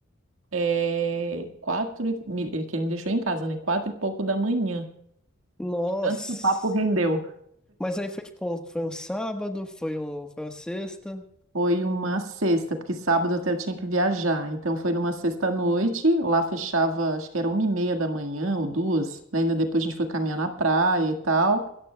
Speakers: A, on the right; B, in the centre.
A: É... Quatro e... me- Ele que ele me deixou em casa, né? Quatro e pouco da manhã.
B: Nossa!
A: De Tanto que o papo rendeu.
B: Mas aí foi tipo, um- foi um sábado, foi um, foi uma sexta.
A: Foi uma sexta, porque sábado até eu tinha que viajar. Então foi numa sexta à noite, lá fechava, acho que era uma e meia da manhã ou duas. Daí Ainda depois a gente foi caminhar na praia e tal.